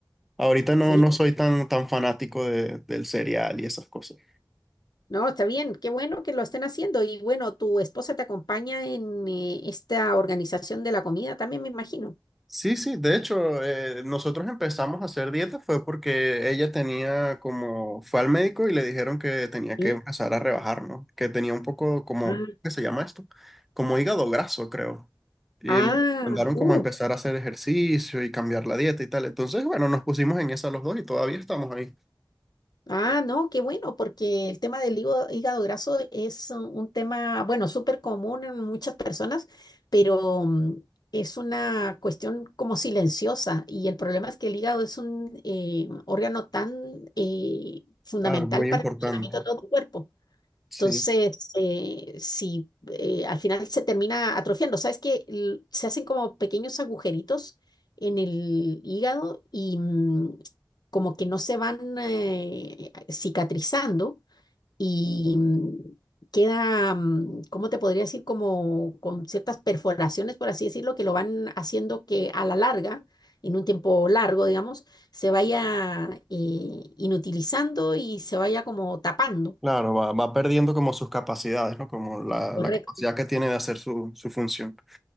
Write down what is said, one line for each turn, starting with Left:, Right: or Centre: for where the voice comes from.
Centre: Ahorita no,
Left: Sí.
Centre: no soy tan, tan fanático de- del cereal y esas cosas.
Left: No, está bien, qué bueno que lo estén haciendo. Y bueno, tu esposa te acompaña en eh, esta organización de la comida también, me imagino.
Centre: Sí, sí, de hecho, eh, nosotros empezamos a hacer dieta fue porque ella tenía como, fue al médico y le dijeron que tenía
Left: Sí.
Centre: que empezar a rebajar, ¿no? Que tenía un poco como,
Left: Ah,
Centre: ¿qué se llama esto? Como hígado graso, creo. Y
Left: ah,
Centre: le recomendaron
Left: uh,
Centre: como empezar a hacer ejercicio y cambiar la dieta y tal. Entonces, bueno, nos pusimos en esa los dos y todavía estamos ahí.
Left: ah, no, qué bueno, porque el tema del hígado, hígado graso es uh, un tema, bueno, súper común en muchas personas, pero mm, es una cuestión como silenciosa. Y el problema es que el hígado es un eh, órgano tan eh, fundamental
Centre: Claro, muy
Left: para
Centre: importante.
Left: el funcionamiento de todo tu cuerpo.
Centre: Sí,
Left: Entonces, eh, si eh, al final se termina atrofiando, ¿sabes que l- Se hacen como pequeños agujeritos en el hígado y mm, como que no se van eh, cicatrizando y mm, queda, mm, ¿cómo te podría decir? Como con ciertas perforaciones, por así decirlo, que lo van haciendo que a la larga, en un tiempo largo, digamos, se vaya eh, inutilizando y se vaya como tapando.
Centre: claro, va, va perdiendo como sus capacidades, ¿no? Como la,
Left: Correcto.
Centre: la capacidad que tiene de hacer su, su función.